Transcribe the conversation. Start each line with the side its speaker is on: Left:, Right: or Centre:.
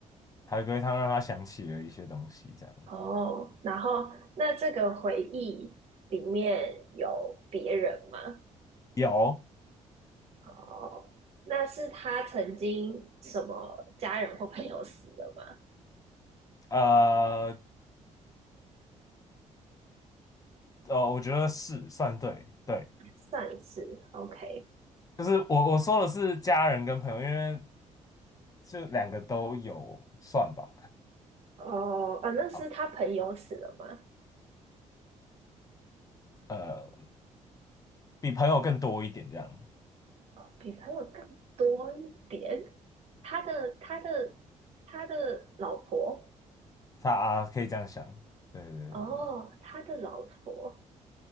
Left: 海龟汤让他想起了一些东西，这样
Right: 哦，然后那这个回忆里面有别人吗？
Left: 有
Right: 哦，那是他曾经什么家人或朋友死了吗？
Left: 呃呃，我觉得是算对对，
Right: 上一次，OK，
Left: 就是我我说的是家人跟朋友，因为这两个都有算吧，
Right: 哦，
Left: <laughs>
Right: 啊，那是他朋友死了吗？
Left: 好呃，比朋友更多一点这样，
Right: 哦，比朋友更多一点。他的他的他的老婆，
Left: 他啊可以这样想，对对对对，
Right: 哦，他的老婆，